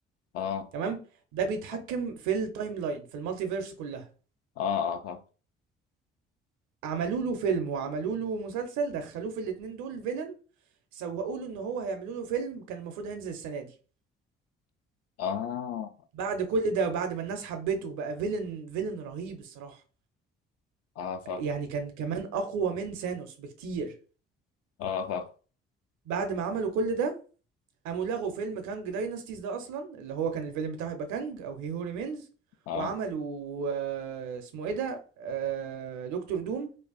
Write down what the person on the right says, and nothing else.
تمام ده بيتحكم
في التايم لاين في المالتي فيرس كلها
عملوا له فيلم وعملوا له مسلسل دخلوه في الاتنين دول فيلن سوقوا له ان هو هيعملوا له فيلم كان المفروض هينزل السنه دي
بعد كل ده بعد ما الناس حبته بقى فيلن فيلن رهيب الصراحه
يعني كان كمان اقوى من سانوس بكتير
بعد ما عملوا كل ده قاموا لغوا فيلم كانج داينستيز ده اصلا اللي هو كان الفيلم بتاعه يبقى كانج او هي هو ريمينز
وعملوا آه، اسمه ايه ده آه، دكتور دوم